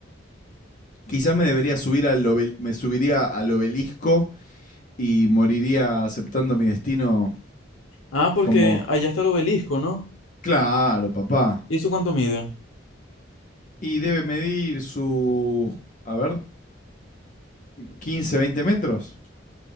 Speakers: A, on the left; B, on the left.
A: Quizás me debería subir al obel- me subiría al obelisco y moriría aceptando mi destino
B: Ah, porque
A: como,
B: allá está el obelisco, ¿no?
A: claro, papá.
B: ¿Y eso cuánto mide?
A: Y debe medir sus, a ver, 15, 20 metros.